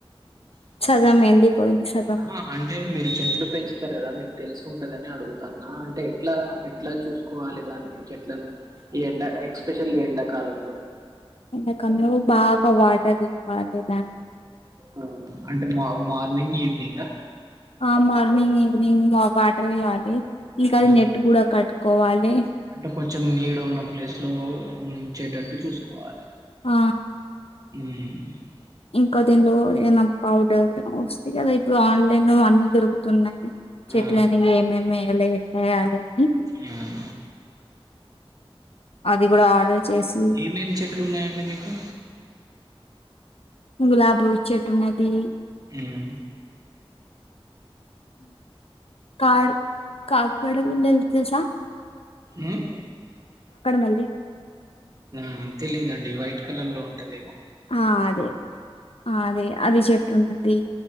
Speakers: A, on the left (about 75°); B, on the right (about 35°).
A: సగం ఎండిపోయింది సగం
B: ఆ అంటే మీరు చెట్లు పెంచు తారు కదా మీకు తెలిసు ఉంటదని అడుగుతాన్నా అంటే ఎట్లా ఎట్లా చూసుకోవాలి దాన్ని చెట్లను? ఈ ఎండ ఎక్స్పెషల్ ఎండాకాలంలో
A: ఎందుకన్ను బాగా వాట తీ ఇవ్వాలి దాన్ని
B: అ అంటే మా మార్నింగ్, ఈవినింగ
A: ఆ మార్నింగ్, ఈవినింగ్ వాటర్ ఇవ్వాలి ఇంకా
B: హ్మ్.
A: అది నెట్ కూడా కట్టుకోవాలే
B: అంటే కొంచెం నీడ ఉన్న ప్లేస్ లో ఉంచేటట్టు చూసుకోవాలే
A: ఆ
B: మ్
A: ఇంకా దీనిలో ఏనా పౌడర్ వస్తాయ్ కదా ఇప్పుడు ఆన్లైన్ లో అన్నీ దొరుకుతున్నాయి. చెట్లు
B: ఆ
A: అనే ఏమేమి వేయ్యాలి, ఎట్లా వెయాలి అని
B: మ్
A: అది కూడా ఆర్డర్ చేసి
B: ఏమేమి చెట్లు ఉన్నాయండి మీకు?
A: గులాబ్ లు చెట్టు ఉన్నది
B: మ్
A: కాడ్ కాక్కడకు గున్ తె తెల్సా
B: ఉమ్
A: మల్లి
B: మ్ తెలీదుండి వైట్ కలర్ లో ఉంటదో ఏమో
A: ఆ అదే అ అదే అది చె టున్నది